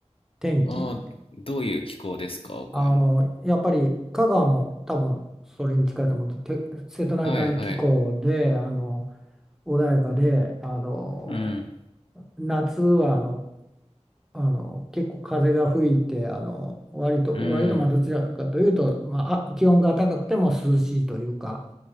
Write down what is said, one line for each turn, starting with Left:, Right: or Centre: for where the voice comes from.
Centre: 天気。
Left: あ、どういう気候ですか、岡山。
Centre: あの、やっぱり香川も多分それに近いと思って、て瀬戸内海気候で、
Left: はいはい。
Centre: あの、穏やかで、あの、
Left: うん、
Centre: 夏はあの、あの、結構風が吹いて、あの、割と、
Left: うん、
Centre: 割とまあどちらかというと、まあ、あ気温が高くても涼しいというか、